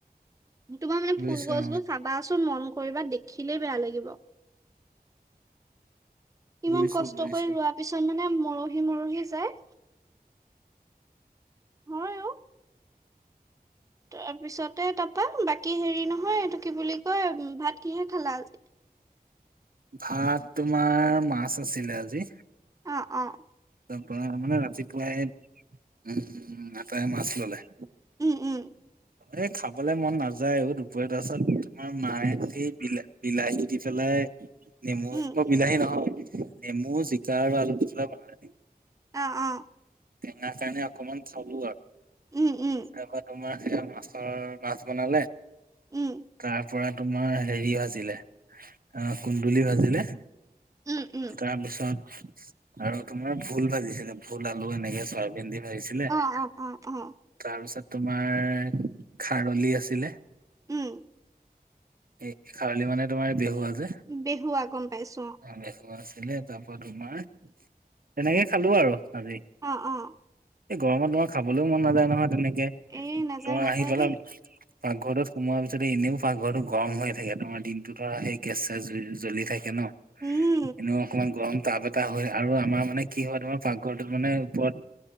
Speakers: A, on the right; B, on the right.
A: তোমাৰ মানে
B: বুজিছোঁ
A: ফুলগছবোৰ
B: অ',
A: চাবাচোন মন কৰিবা দেখিলেই বেয়া লাগিব।
B: বুজিছোঁ
A: ইমান কষ্ট
B: বুজিছোঁ।
A: কৰি ৰোৱা পিছত মানে মৰহি মৰহি যায়। হয় অও। তাৰপিছতে তাৰাপা বাকী হেৰি নহয় এইটো কি বুলি কয় ভাত কিহে খালা আজি?
B: ভাত তোমাৰ মাছ আছিলে আজি।
A: অ', অ'।
B: তাৰ পৰা মানে ৰাতিপুৱাই উম' আপায়ে মাছ ল'লে।
A: উম, উম।
B: এ খাবলৈ মন নাযায় অ' দুপৰীয়া তাৰ পাছত তোমাৰ মায়ে দি দিলে। বিলাহী দি পেলাই নেমু
A: উম উম
B: মই বিলাহী নহয় নেমু জিকা আৰু আলু দি পেলাই বনালে।
A: অ', অ'।
B: টেঙা কাৰণে অকমান চলো আৰু
A: উম উম
B: তাৰপা তোমাৰ সেইয়া মাছৰ মাছ বনালে
A: উম
B: তাৰ পৰা তোমাৰ হেৰি ভাজিলে অ' কুন্দুলি ভাজিলে।
A: উম, উম।
B: তাৰপিছত আৰু তোমাৰ ভোল ভাজিছিলে ভোল আলু এনেকে চয়াবিন দি ভাজিছিলে
A: অ অ অ অ
B: তাৰপিছত তোমাৰ খাৰলি আছিলে।
A: উম
B: এ খাৰলি মানে তোমাৰ বেহুুৱা যে।
A: বেহুৱা গম পাইছো অ'।
B: বেহুৱা আছিলে তাৰ পৰা তোমাৰ তেনেকে খালো আৰু আজি।
A: অ', অ,
B: এই গৰমত তোমাৰ খাবলৈও মন নাযায় নহয় তেনেকে
A: এই নাযায়
B: তোমাৰ
A: নাযায়
B: আহি পেলাই।
A: দেই
B: পাকঘৰৰটোত সোমোৱাৰ পিছতে এনেও পাকঘৰটো গৰম হৈয়ে থাকে তোমাৰ দিনটো ধৰা সেই গেছ চেছ জ্বলি থাকে ন।
A: উম,
B: এনেও অকমান গৰম তাপ এটা হয় আৰু আমাৰ মানে কি হয় তোমাৰ পাকঘৰটোত মানে ওপৰত।